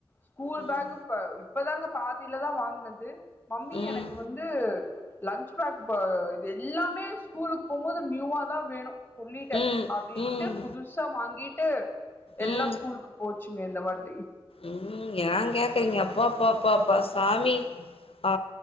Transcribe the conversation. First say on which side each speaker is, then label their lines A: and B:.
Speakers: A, on the left; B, on the left.
A: ஸ்கூல்
B: ம்
A: பேஹூ ப இப்பதாங்க பா பாதிலதா வாங்னது மம்மி
B: ம்
A: எனக்கு வந்து லன்ச் பேக் ப இது எல்லாமே ஸ்கூலுக்கு போம்போது நியூவா தா வேணு சொல்லிட்டே
B: ம்
A: அப்டின்ட்டு
B: ம்
A: புதுசா வாங்கி ட்டு எல்லா
B: ம்
A: ஸ்கூலுக்கு போச்சு சுங்க இந்த வாட்
B: ம் ஏன் கேக்குரீங்க அப்பா அப்பா பப்பப்ப சாமி ஆ